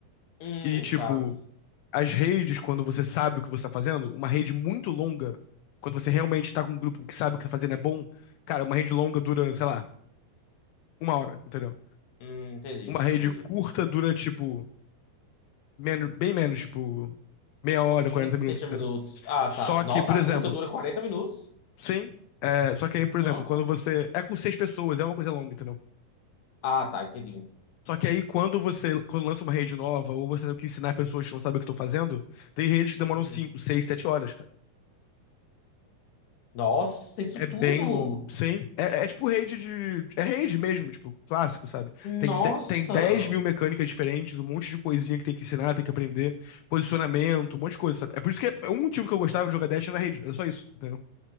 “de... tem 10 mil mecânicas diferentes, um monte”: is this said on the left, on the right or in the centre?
Left